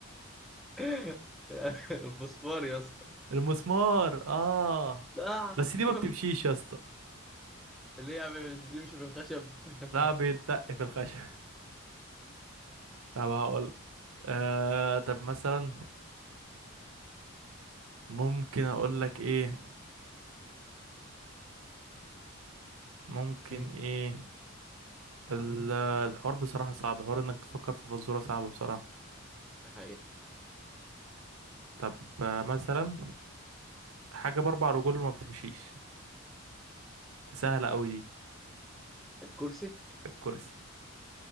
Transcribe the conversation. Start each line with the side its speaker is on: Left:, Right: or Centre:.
Centre: <laughs> الفوسفور يا اسطى
Right: <laughs> المسمار اه
Centre: صح
Right: بس دي
Centre: شوف
Right: ما بتمشيش يا اسطى
Centre: ليه يا عم مش بتمشي بالخشب <laughs>
Right: لا بيتدق في الخشب <laughs> طب هقول آه طب مثلا ممكن اقول لك ايه ممكن
Centre: مم.
Right: ايه ال- الحوار بصراحة صعب حوار انك تفكر في فزورة صعبة بصراحة
Centre: ده حقيقة
Right: طب آه، مثلا حاجة بأربع رجول وما بتمشيش سهلة أوي دي
Centre: الكرسي
Right: الكرسي